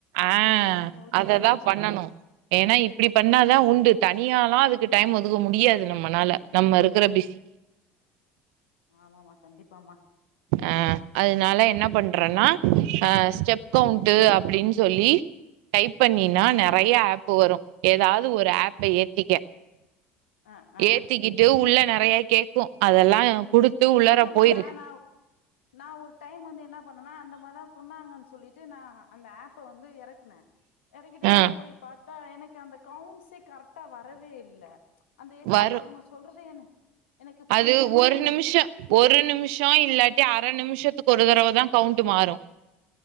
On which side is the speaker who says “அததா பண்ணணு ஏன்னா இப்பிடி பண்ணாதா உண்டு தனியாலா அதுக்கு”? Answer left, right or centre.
Right